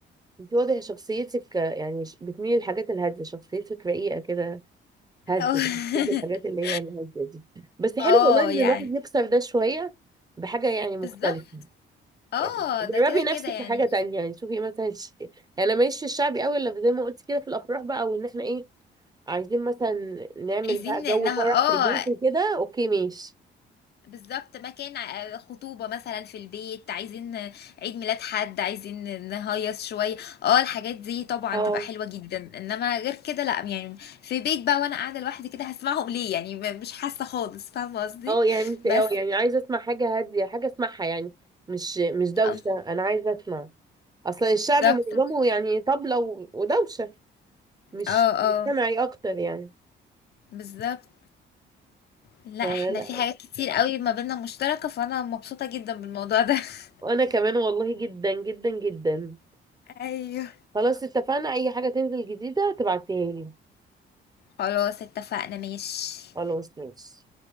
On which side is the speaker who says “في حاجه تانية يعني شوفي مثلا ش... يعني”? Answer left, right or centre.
Right